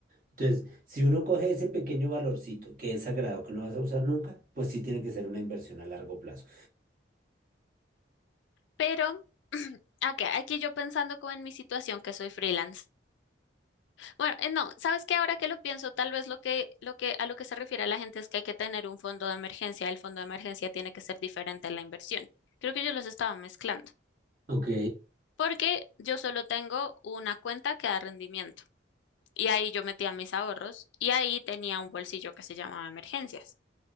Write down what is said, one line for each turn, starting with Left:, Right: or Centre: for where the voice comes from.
Right: Entonces, si uno coge ese pequeño valorcito que es sagrado, que no vas a usar nunca, pues sí tiene que ser una inversión a largo plazo.
Left: Pero, <clears throat> aquí, aquí yo pensando como en mi situación, que soy freelance. Bueno, eh, no, ¿sabes qué? Ahora que lo pienso, tal vez lo que, lo que, a lo que se refiere la gente es que hay que tener un fondo de emergencia. El fondo de emergencia tiene que ser diferente a la inversión. Creo que yo los estaba mezclando,
Right: Ok,
Left: porque yo solo tengo una cuenta que da rendimiento. Y ahí yo metía mis ahorros y ahí tenía un bolsillo que se llamaba emergencias.